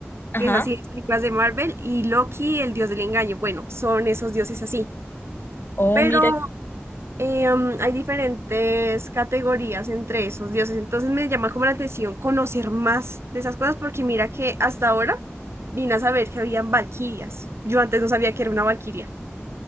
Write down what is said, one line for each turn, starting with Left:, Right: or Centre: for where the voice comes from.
Left: Ajá.
Right: que es así en las películas de Marvel, y Loki, el dios del engaño. Bueno, son esos dioses así.
Left: Oh,
Right: Pero
Left: mira,
Right: em, hay diferentes categorías entre esos dioses. Entonces me llama como la atención conocer más de esas cosas, porque mira que hasta ahora vine a saber que habían valquirias. Yo antes no sabía que era una valquiria.